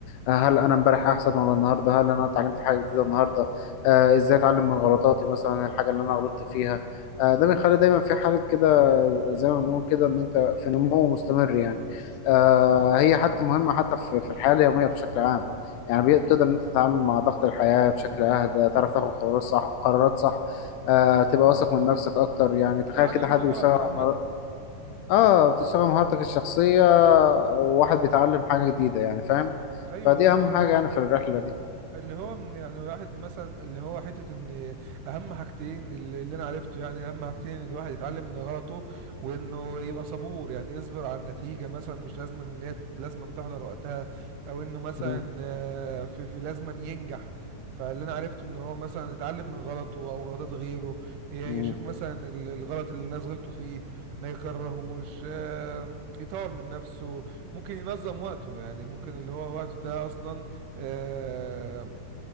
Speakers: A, on the left (about 80°); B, on the right (about 80°).
A: آه، هل انا امبارح احسن ولا النهارده هل انا اتعلمت حاجه جديده النهارده آه ازاي اتعلم من غلطاتي مثلا الحاجه اللي انا غلطت فيها آه ده بيخلي دايما في حاله كده زي ما بنقول كده ان انت في نمو مستمر يعني آه هي حتى مهمه حتى في في الحياه اليوميه بشكل عام يعني بتقدر ان انت تتعامل مع ضغط الحياه بشكل اهدى تعرف تاخد قرارات صح قرارات صح آه تبقى واثق من نفسك اكتر يعني تخيل
B: تتعلم
A: كده حد
B: من غلطك
A: بيشتغل على
B: عامه
A: مر... اه بتشتغل مهارتك الشخصيه وواحد بيتعلم حاجه جديده يعني فاهم
B: ايوه
A: فدي
B: اللي
A: اهم
B: هو
A: حاجه يعني في الرحله دي
B: اللي هو من- يعني الواحد مثلا اللي هو حتة ان اهم حاجتين اللي اللي انا عرفته يعني اهم حاجتين الواحد يتعلم من غلطه وانه يبقى صبور يعني يصبر على النتيجة مثلا مش لازم ان اللي هي لازم تحضر وقتها او انه مثلا
A: مم.
B: آه، في في لازم أن ينجح فاللي انا عرفته ان هو مثلا يتعلم من غلطه او غلطات غيره ي-
A: مم.
B: يشوف مثلا ال- الغلط اللي الناس غلطوا فيه ما يكرهوش آه، يطور من نفسه ممكن ينظم وقته يعني ممكن اللي هو وقته ده اصلا آه،